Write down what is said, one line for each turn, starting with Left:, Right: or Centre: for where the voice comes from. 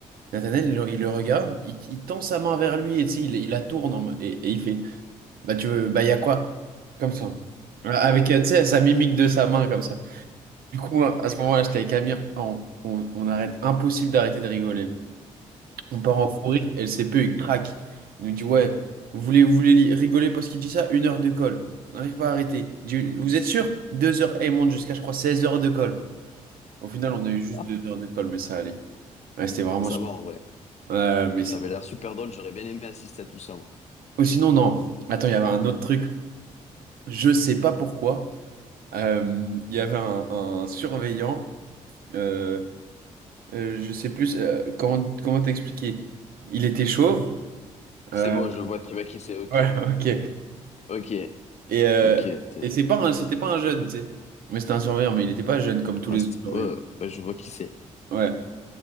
Right: Nathanaël, il, le il le regarde, il, il tend sa main vers lui et tu sais, il, il la tourne en mo- et, et il fait Bah, tu veux, bah, y a quoi? Comme ça. Voilà, Avec, euh, tu sais, sa mimique de sa main, comme ça. Du coup, moi, à ce moment-là, j'étais avec Amir, on, on, on arrête, impossible d'arrêter de rigoler. On part en fou rire, et le CPE, il craque. Il nous dit Ouais, vous voulez, vous voulez li- rigoler parce qu'il dit ça? Une heure de colle. On n'arrive pas à arrêter. Il dit, vous êtes sûr? Deux heures, et il monte jusqu'à, je crois, 16 heures de colle. Au final, on a eu
Left: Ah,
Right: juste deux heures de colle, mais ça allait. Ouais, c'était vraiment
Left: Ça
Right: super.
Left: va en vrai.
Right: Euh, mais
Left: Ah,
Right: c'est.
Left: Ça avait l'air super drôle, j'aurais bien aimé assister à tout ça, moi.
Right: Ou sinon, non. Attends, il y avait un autre truc. Je sais pas pourquoi. Euh, Il y avait un, un surveillant. Euh, euh, je sais plus euh, comment comment t'expliquer. Il était chauve.
Left: C'est
Right: Euh,
Left: bon, je vois très bien qui c'est, ok.
Right: ouais, <laughs> ok.
Left: Ok.
Right: Et, euh,
Left: Ok. t'es-
Right: et c'est pas un- c'était pas un jeune, tu sais. Mais c'était un surveillant, mais il était pas jeune comme tous
Left: Ouais,
Right: les
Left: c'est-
Right: autres surveillants.
Left: ouais, ouais, je vois qui c'est.
Right: Ouais.